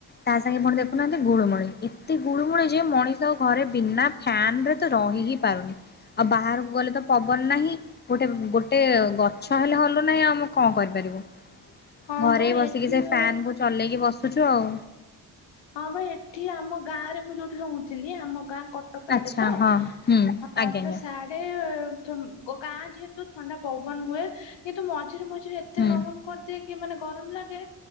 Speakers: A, on the left; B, on the left.
A: ତା ସାଙ୍ଗେ ପୁଣି ଦେଖୁନାହାନ୍ତି ଗୁଳୁମୁଳି ଏତେ ଗୁଳୁମୁଳି ଯେ ମଣିଷ ଘରେ ବିନା ଫ୍ୟାନ ରେ ତ ରହି ହି ପାରୁନି ଆଉ ବାହାରକୁ ଗଲେ ତ ପବନ ନାହିଁ। ଗୋଟେ ଗୋଟେ ଗଛ ହେଲେ ହଲୁ ନାହିଁ ଆମେ କଣ କରିପାରିବୁ।
B: ହଁ
A: ଘରେ
B: ବା
A: ବସିକି
B: ଏଠି
A: ସେ
B: ହଁ
A: ଫ୍ୟାନ୍ କୁ ଚଲେଇକି ବସୁଚୁ ଆଉ।
B: ହଁ ପା ଏଠି ଆମ ଗାଁ ରେ ମୁଁ ଯୋଉଠି ରହୁଥିଲି ଆମ ଗାଁ କଟକ ଆଡେ
A: ଆଚ୍ଛା
B: ତ
A: ହଁ ହୁଁ
B: ହଁ
A: ଆଜ୍ଞା
B: ତା
A: ଆଜ୍ଞା
B: ସାର୍ଟ ଏ ଥୁମ୍ ଗ ଗାଁ ଯେହେତୁ ଥଣ୍ଡା ପବନ ହୁଏ। କିନ୍ତୁ ମଝିରେ ମଝିରେ ଏତେ
A: ହୁଁ
B: ଗରମ କରିଦିଏ ମାନେ ଗରମ ଲାଗେ